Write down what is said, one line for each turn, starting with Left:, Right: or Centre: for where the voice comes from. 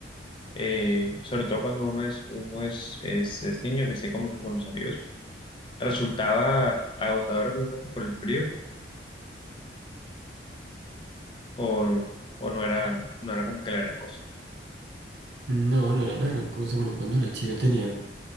Left: Eh, sobre todo cuando uno es, uno es, es, es niño que se comunica con los amigos. Resultaba agotador en algún momento por el frío o, o no era, no era como que la gran cosa. <laughs>
Right: No, no era la gran cosa. Bueno, cuando era chino tenía